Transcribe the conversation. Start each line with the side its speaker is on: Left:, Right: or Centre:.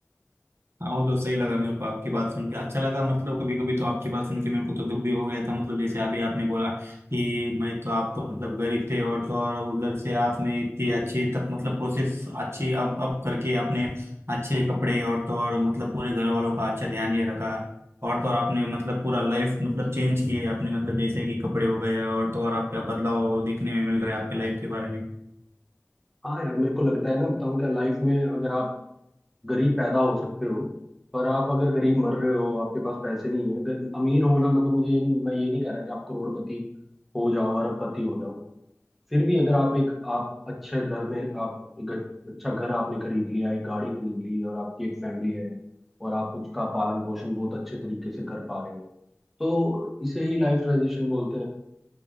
Right: हाँ वो तो सही लगा मेरे को आपकी बात सुन के अच्छा लगा मतलब कभी कभी तो आपकी बात सुन के मेरे को तो दुख भी हो गया था मतलब जैसे अभी आपने बोला कि मैं तो आप तो मतलब गरीब थे और तो और उधर से आपने इतनी अच्छी तक मतलब प्रोसेस अच्छी अप अप करके आपने अच्छे कपड़े और तो और मतलब पूरे घर वालों का अच्छा ध्यान ये रखा और तो और आपने मतलब पूरा लाइफ मतलब चेंज किए आपने मतलब जैसे कि कपड़े हो गए और तो और आपका बदलाव दिखने में मिल रहा है आपके लाइफ के बारे में
Centre: हाँ यार मेरे को लगता है ना बताऊँ क्या लाइफ में अगर आप गरीब पैदा हो सकते हो पर आप अगर गरीब मर रहे हो आपके पास पैसे नहीं है ग- अमीर होना मतलब मुझे ये नहीं मैं ये नहीं कह रहा कि आप करोड़पति हो जाओ अरबपति हो जाओ फिर भी अगर आप एक आप अच्छे घर में आप एक अच्छा घर आपने खरीद लिया एक गाड़ी खरीद ली और आपकी एक फैमिली है और आप उसका पालन पोषण बहुत अच्छे तरीके से कर पा रहे हो तो इसे ही लाइफ ट्रांजिशन बोलते हैं